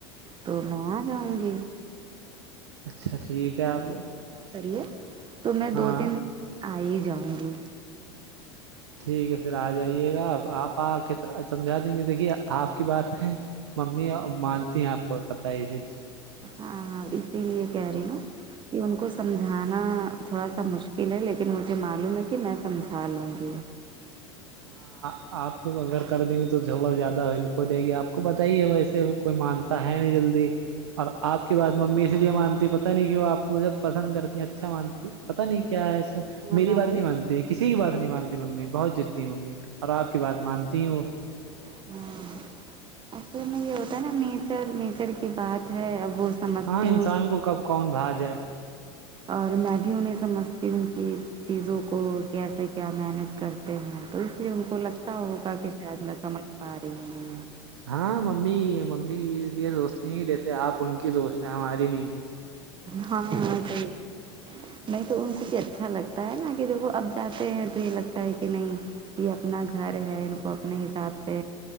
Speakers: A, on the right; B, on the right.
A: تو میں آ جاؤں گی
B: اچھا ٹھیک ہے آپ
A: کریے تو میں
B: ہاں
A: دو تین دن آ ہی جاؤں گی
B: ٹھیک ہے پھر آ جائیے گا ا آپ آ کے سمجھا دیں گے دیکھیے آپ کی بات ہے ممی مانتی ہیں آپ کو پتا یہ چیز
A: ہاں ہاں اسی لیے کہہ رہی ہوں کہ ان کو سمجھانا تھوڑا سا مشکل ہے لیکن مجھے معلوم ہے کہ میں سمجھا لوں گی
B: ہاں آپ اگر کر دیں گے تو جگڑا زیادہ ہو جائے گی آپ کو بتائیے ویسے کوئی مانتا ہے نہیں جلدی اور آپ کی بات ممی اس لیے مانتی پتا نہیں کہ وہ آپ کو مجھے پسند کرتی اچھا مانتی پتا نہیں کیا ہے ایسا
A: ہاں
B: میری بات نہیں مانتی کسی کی بات نہیں مانتی ممی بہت جدی ممی اور آپ کی بات مانتی ہیں وہ
A: ہ اصل میں یہ ہوتا ہے نا نیچر نیچر کی بات ہے ا وہ سمجھتے
B: ہاں
A: ہیں
B: انسان
A: اس چیز
B: کو کب کون بھاگ جائے
A: اور میں بھی انہیں سمجھتی ہوں کی چیزوں کو کیسے کیا مینیج کرتے ہیں تو اس لیے ان کو لگتا ہوگا کہ کے ساتھ میں سمجھ پا رہی ہوں
B: ہاں ممی یہ ممی یہ یہ سوچتی ہیں کہ جیسے آپ ان کی دوست ہیں ہماری نہیں ہے
A: ہاں وہ سیات نہیں تو ان کو بھی اچھا لگتا ہے نا کہ دیک اب جاتے ہیں تو یہ لگتا ہے کہ نہیں یہ اپنا گھر ہے ان کو اپنے حساب سے